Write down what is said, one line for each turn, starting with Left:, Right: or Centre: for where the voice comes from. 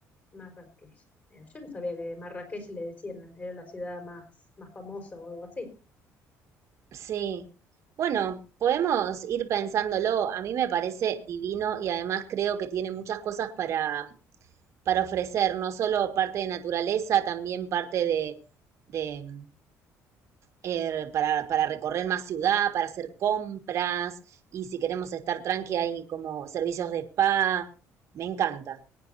Left: Marrakech. Mira, yo no sabía que Marrakech le decían, era la ciudad más, más famosa o algo así.
Right: Sí. Bueno, podemos ir pensándolo. A mí me parece divino y además creo que tiene muchas cosas para, para ofrecer no solo parte de naturaleza, también parte de, de eh, para, para recorrer más ciudad, para hacer compras y si queremos estar tranqui hay como servicios de spa. Me encanta.